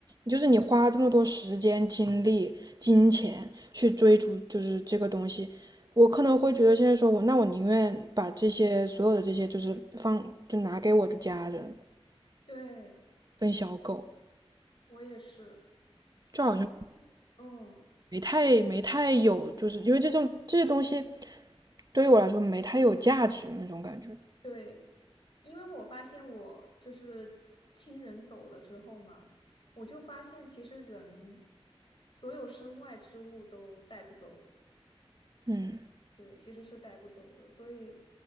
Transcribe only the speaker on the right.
就是你花这么多时间、精力、金钱去追逐，就是这个东西，我可能会觉得现在说我，那我宁愿把这些所有的这些，就是放，就拿给我的家人
跟小狗，
就好像
没太没太有，就是因为这种这些东西。对于我来说没太有价值那种感觉。
嗯